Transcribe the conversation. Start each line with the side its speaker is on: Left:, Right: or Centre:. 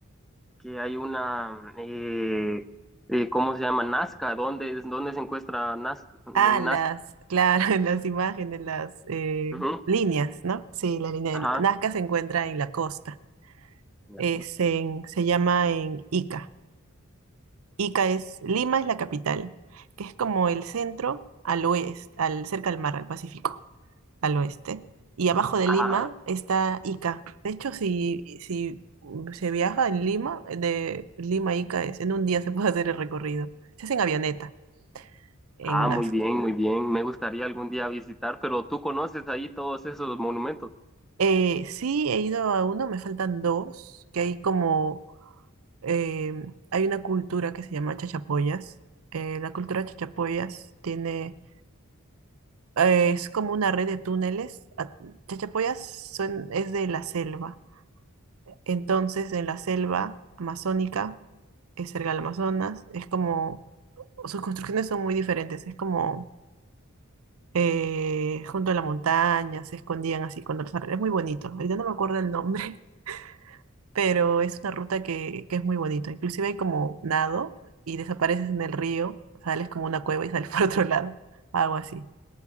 Centre: que hay una, eh, eh, ¿cómo se llama? Nazca. ¿Dónde es, dónde se encuentra Nazca? En
Right: ah, las,
Centre: Nazca.
Right: claro, <laughs> las imágenes, las eh,
Centre: Ujú,
Right: líneas, ¿no? Sí, la línea
Centre: Ajá.
Right: de Na- Nazca se encuentra en la costa,
Centre: En la
Right: es
Centre: costa.
Right: en- se llama en Ica. Ica es, Lima es la capital, que es como el centro al oeste, al, cerca al mar, al Pacífico. al oeste. Y abajo de
Centre: Ah,
Right: Lima está Ica. De hecho, si, si se viaja en Lima, de Lima a Ica es, en un día se puede <laughs> hacer el recorrido. Se hace en avioneta, en
Centre: ah,
Right: Nazca.
Centre: muy bien, muy bien. Me gustaría algún día visitar, pero tú conoces ahí todos esos monumentos.
Right: Eh, sí, he ido a uno, me faltan dos, que hay como, eh, hay una cultura que se llama chachapoyas. Eh, la cultura chachapoyas tiene, eh, es como una red de túneles. A- Chachapoyas son- es de la selva. Entonces, en la selva amazónica eh, cerca del Amazonas. Es como, sus construcciones son muy diferentes, es como eh, junto a la montaña, se escondían así con los árboles. Es muy bonito. Ahorita no me acuerdo el nombre, <laughs> pero es una ruta que, que es muy bonito. Inclusive hay como nado y desapareces en el río, sales como una cueva y sales <laughs> por otro lado, algo así.